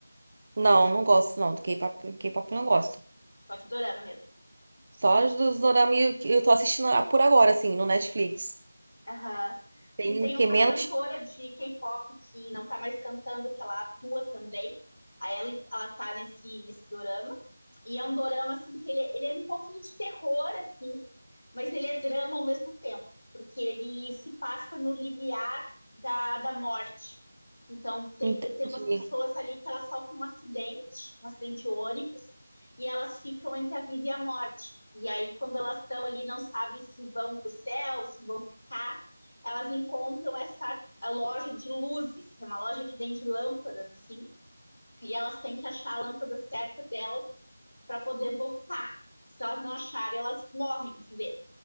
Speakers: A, on the right; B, on the left.
A: Não, não gosto não. Do K-pop, K-pop eu não gosto.
B: só de dorama mesmo.
A: Só os dos dorama que eu tô assistindo por agora, assim, no Netflix.
B: Aham.
A: Tem
B: Porque tem
A: o que
B: uma
A: menos.
B: cantora de K-pop que não tá mais cantando, que ela atua também. Aí ela, ela tá nesse, nesse dorama. E é um dorama, assim, que ele, ele é um pouquinho de terror, assim, mas ele é drama ao mesmo tempo, porque ele se passa no limiar da, da morte. Então, tem,
A: Entendi.
B: tem umas pessoas ali que elas sofrem um acidente, um acidente de ônibus, e elas ficam entre a vida e a morte. E aí, quando elas estão ali, não sabem se vão para o céu, se vão ficar elas encontram essa a loja de luzes, é uma loja que vende lâmpadas, assim, e elas têm que achar a lâmpada certa delas para poder voltar. Se elas não acharem, elas morrem de vez,